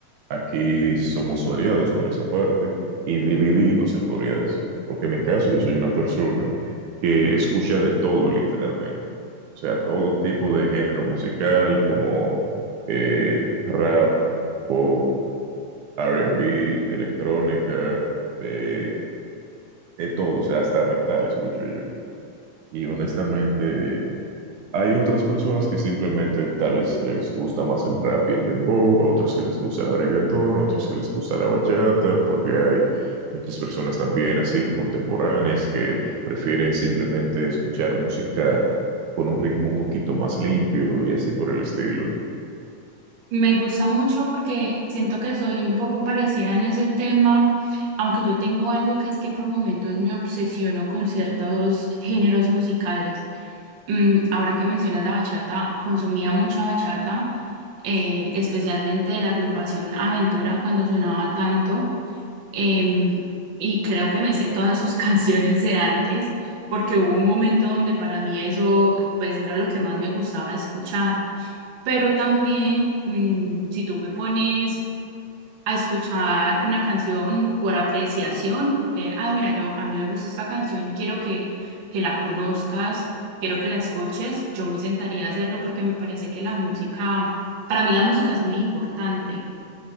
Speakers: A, on the right (about 75°); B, on the right (about 60°).
A: Aquí somos variados con esa parte y divididos, se podría decir, porque en mi caso yo soy una persona que escucha de todo literalmente, o sea, todo tipo de género musical como eh, rap, pop, R&B, electrónica, eh, de todo, o sea, hasta metal escucho yo. Y honestamente... Hay otras personas que simplemente tal vez les gusta más el rap y el dembow, a otros que les gusta el reggaetón, a otros que les gusta la bachata, porque hay muchas personas también así contemporáneas que prefieren simplemente escuchar música con un ritmo un poquito más limpio y así por el estilo.
B: Me gusta mucho porque siento que soy un poco parecida en ese tema, aunque yo tengo algo que es que por momentos me obsesiono con ciertos géneros musicales. Mm, ahora que mencionas la bachata, consumía mucha bachata, eh, especialmente de la agrupación Aventura cuando sonaba tanto, em, y creo que me sé todas sus <laughs> canciones de antes, porque hubo un momento donde para mí eso pues era lo que más me gustaba escuchar. Pero también, mm, si tú me pones a escuchar una canción por apreciación, porque, ah, mira, yo a mí me gusta esta canción y quiero que, que la conozcas, quiero que la escuches, yo me sentaría a hacerlo porque me parece que la música, para mí la música es muy importante.